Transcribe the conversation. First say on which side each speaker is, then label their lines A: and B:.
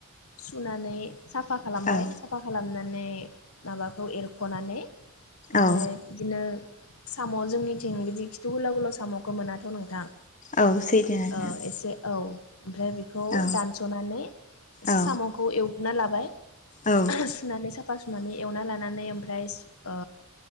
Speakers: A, on the left (about 80°); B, on the left (about 35°).
A: सुनानै साफा खालामबाय
B: औ
A: साफा खालामनानै माबाखौ एरख खनानै ओमफ्राय
B: औ
A: बिदिनो सामवा जोंनिथि जों बिदि खिथु गोलााव गोलाव सामखौ मोनाथ' नोंथां।
B: औ सैथो नोंथां
A: औ एसे औ ओमफ्राय बेखौ
B: औ
A: दानस'नानै एसे
B: औ
A: सामखौ एवग्रोना लाबाय
B: औ
A: <unintelligible> सुनानै साफा सु सुनानै एवना लानानै ओमफ्रा राइस ओ